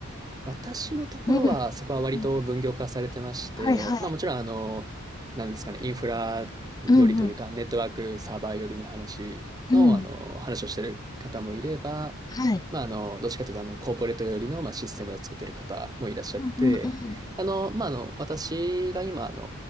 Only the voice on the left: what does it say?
うん。
うんはいはい。
うんうん。
うん。
はい。
うんうんうん。